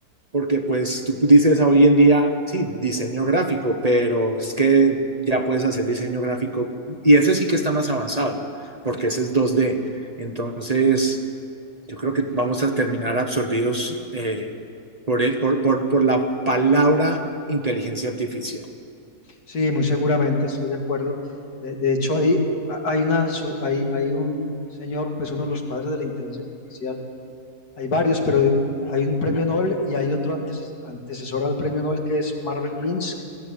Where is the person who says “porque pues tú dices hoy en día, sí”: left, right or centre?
Right